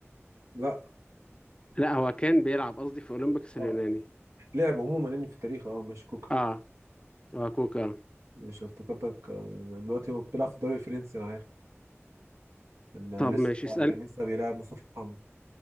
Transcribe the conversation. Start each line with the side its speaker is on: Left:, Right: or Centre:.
Right: لا
Left: لا هو كان بيلعب قصدي في أولمبيكس
Right: اه
Left: اليوناني
Right: لعب عموما اني في التاريخ اه ماشي كوكا
Left: اه هو كوكا آه.
Right: مش افتكرتك آه، دلوقتي هو بيلعب في الدوري الفرنسي انا عارف كان آه،
Left: طب
Right: لسه
Left: ماشي
Right: آه،
Left: اسأل
Right: كان لسه بيلعب مصطفى محمد